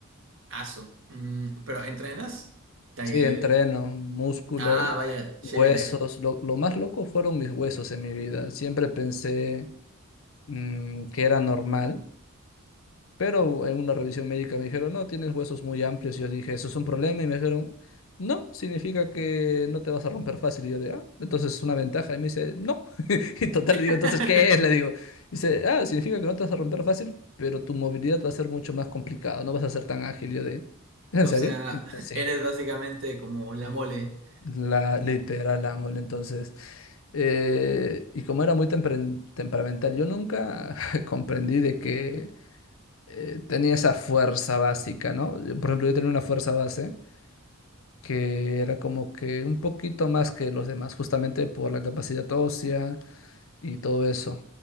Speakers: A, on the right; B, on the left.
A: Aso. Mm, pero ¿entrenas? Te-
B: Sí, entreno, músculo,
A: ah, vaya, chévere.
B: huesos. Lo, lo más loco fueron mis huesos en mi vida. Siempre pensé... mm, que era normal, pero en una revisión médica me dijeron, no, tienes huesos muy amplios. y Yo dije, ¿eso es un problema? Y me dijeron, no, significa que no te vas a romper fácil. Y yo de, ah, entonces es una ventaja. Y me dice, no. <laughs> Y total,
A: <laughs>
B: le digo, entonces, ¿qué es? Le digo, dice, ah, significa que no te vas a romper fácil, pero tu movilidad va a ser mucho más complicada, no vas a ser tan ágil. Y yo de, ¿es en
A: O
B: serio?
A: sea,
B: Y me
A: <laughs>
B: dice, sí.
A: eres básicamente como la mole.
B: La literal ángel, entonces. eh, y como era muy temperen- temperamental, yo nunca <laughs> comprendí de que eh, tenía esa fuerza básica, ¿no? Yo, Por ejemplo, yo tenía una fuerza base que era como que un poquito más que los demás, justamente por la capacidad ósea y todo eso.